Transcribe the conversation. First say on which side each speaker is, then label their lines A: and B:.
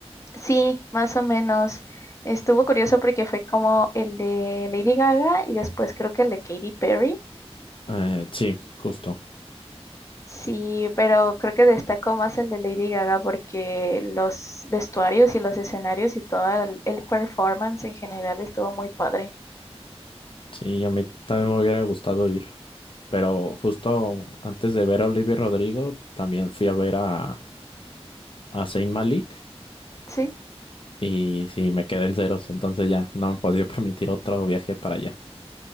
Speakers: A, on the left; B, on the left.
A: Sí, más o menos. Estuvo curioso porque fue como el de Lady Gaga y después creo que el de Katy Perry.
B: Eh, sí, justo.
A: Sí, pero creo que destacó más el de Lady Gaga porque los vestuarios y los escenarios y todo el el performance en general estuvo muy padre.
B: Sí, a mí también me hubiera gustado ir, pero justo antes de ver a Olivia Rodrigo, también fui a ver a, a Zayn Malik
A: Sí.
B: y sí, me quedé en ceros, entonces ya no me podía <laughs> permitir otro viaje para allá.